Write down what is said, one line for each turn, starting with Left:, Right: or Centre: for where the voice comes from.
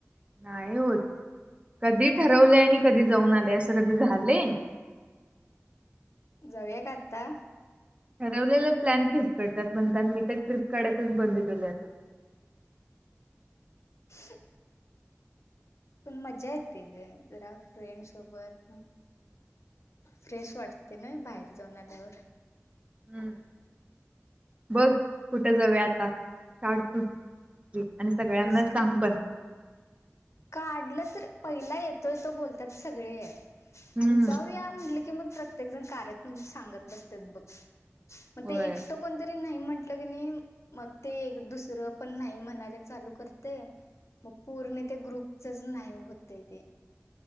Right: नाही होत कधी ठरवलं, आणि कधी जाऊन आले असं कधी झालंय.
Left: जऊय का आता.
Right: ठरवलेलं प्लॅन फिक्सकटतात, म्हणताना, मी तर ट्रिप काढायचच बंद केल आता.
Left: <unintelligible> पण मज्जा येते, ग जरा फ्रेंड सोबत फ्रेश वाटते ना बाहेर जाऊन आल्यावर.
Right: हम् बघ कुठे जाऊ आता काड तूच. आणि सगळ्यांना
Left: मीच
Right: सांग
Left: का
Right: पण
Left: काढलं तर पहिला येतोय तो बोलतात सगळे
Right: हम्म
Left: आणि जाऊया म्हटलं की मग प्रत्येक जण कार सांगत बसत बघ मग
Right: होय
Left: ते एकट कोणतरी नाही, म्हंटलं की नाही मग ते दुसर पण नाही म्हणायला चालू करते मग पूर्ण त्या ग्रुपचच नाही होतय ते